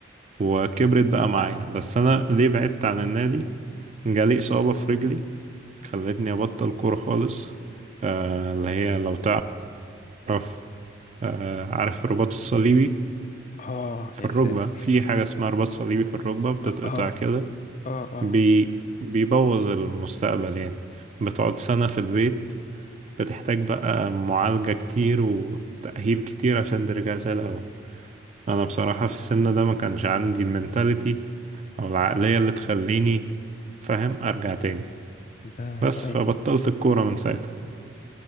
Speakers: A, on the right; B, on the left.
A: وكبرت بقى معايا بس أنا ليه بعدت عن النادي جالي إصابة في رجلي خلتني أبطل كورة خالص آه اللي هي لو تعرف آه عارف الرباط الصليبي
B: اه
A: في
B: يا
A: الركبة
B: ساتر
A: في حاجة اسمها رباط صليبي في الركبة بتتقطع
B: اه اه
A: كده
B: اه
A: بي بيبوظ المستقبل يعني بتقعد سنة في البيت بتحتاج بقى معالجة كتير وتأهيل كتير عشان ترجع زي الأول أنا بصراحة في السن ده ما كانش عندي المنتاليتي أو العقلية اللي تخليني فاهم أرجع تاني
B: ده
A: بس
B: ايوه
A: فبطلت الكورة من ساعتها